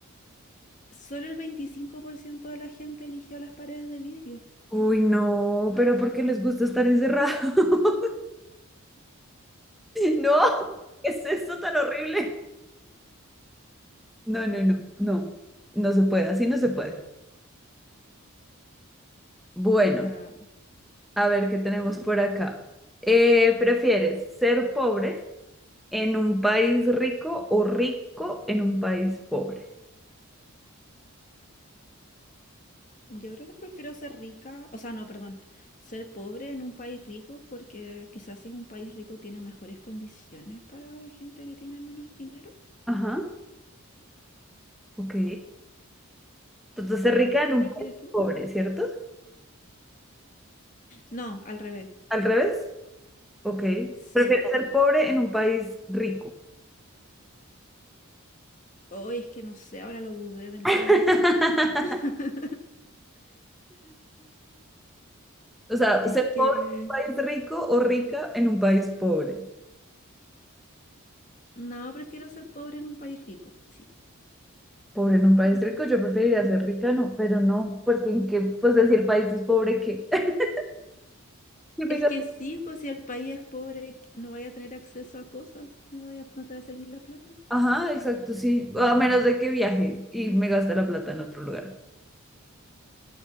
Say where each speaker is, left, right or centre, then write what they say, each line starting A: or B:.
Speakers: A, on the left (about 35°); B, in the centre.
A: solo el 25% de la gente eligió las paredes de vidrio.
B: Uy, no, pero ¿por qué les gusta estar encerrados? <laughs> No, ¿qué es eso tan horrible? No, no, no, no, no se puede, así no se puede. Bueno,
A: Está-
B: a ver qué tenemos por acá. Eh, ¿prefieres ser pobre en un país rico o rico en un país pobre?
A: Yo creo que prefiero ser rica, o sea, no, perdón, ser pobre en un país rico porque quizás si es un país rico tiene mejores condiciones para la gente que tiene menos dinero.
B: Ajá, ok. Entonces, ser rica en
A: ¿Qué
B: un
A: prefieres
B: país
A: tú?
B: pobre, ¿cierto?
A: No, al revés.
B: ¿Al revés? Ok.
A: Sí,
B: Prefieres ser pobre en un país rico.
A: Hoy es que no sé, ahora lo dudé de nuevo.
B: <laughs>
A: <laughs>
B: O sea,
A: Es
B: ser
A: que
B: pobre en un país rico o rica en un país pobre.
A: no, prefiero ser pobre en un país rico, sí.
B: Pobre en un país rico, yo preferiría ser rica, no, pero no, porque en qué, pues decir el país es pobre, ¿qué? <laughs> Y me
A: Es
B: ga-
A: que sí, pues si el país es pobre, qu- no vaya a tener acceso a cosas, no vaya, no te va a servir la plata.
B: Ajá, exacto, sí. A menos de que viaje y me gaste la plata en otro lugar.